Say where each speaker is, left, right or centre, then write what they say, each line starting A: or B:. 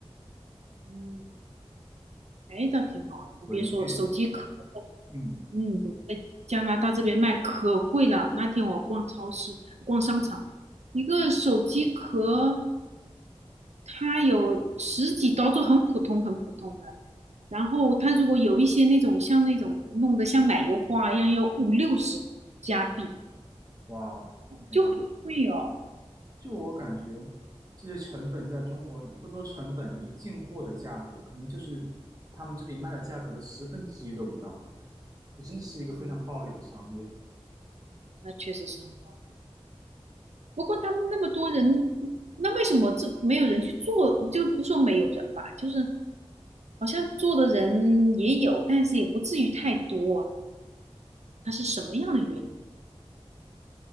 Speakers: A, on the right; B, on the right.
A: 嗯，哎，倒挺好。你别说，
B: 文具什么之类的，
A: 手机壳，
B: 嗯。
A: 嗯，加拿大这边卖可贵了。那天我逛超市、逛商场，一个手机壳它有十几刀，就很普通、很普通的。然后它如果有一些那种像那种弄得像奶油花一样，要五六十加币，
B: 哇哦，天呐，
A: 就很贵哦。
B: 就我感觉，这些成本在中国不说成本，就是进货的价格，可能就是他们这里卖的价格的十分之一都不到。这真是一个非常暴利的商业。
A: 嗯，那确实是很高的。不过他们那么多人，那为什么这没有人去做？就不说没有人吧，就是好像做的人也有，但是也不至于太多啊。它是什么样的原因？